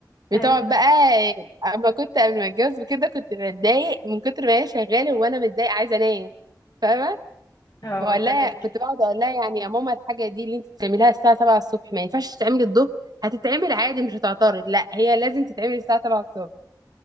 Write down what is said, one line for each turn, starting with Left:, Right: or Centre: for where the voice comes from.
Right: بتقعد
Left: ايوه
Right: بقى اما كنت قبل ما اتجوز وكده كنت بتضايق من كتر ما هي شغاله وانا متضايقه عايزه انام فاهمه
Left: اه
Right: بقول
Left: فاهمك
Right: لها كنت بقعد اقول لها يعني يا ماما الحاجه دي اللي انت بتعمليها الساعه 7 الصبح ما ينفعش تتعمل الظهر هتتعمل عادي مش هتعترض لا هي لازم تتعمل الساعه 7 الصبح